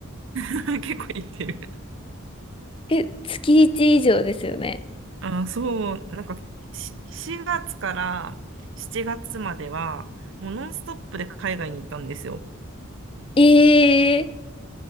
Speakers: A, on the right; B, on the left.
A: <laughs> 結構行ってる。
B: え、月1以上ですよね。
A: あー、そう、なんかし4月から7月までは、もうノンストップで海外に行ったんですよ。
B: ええ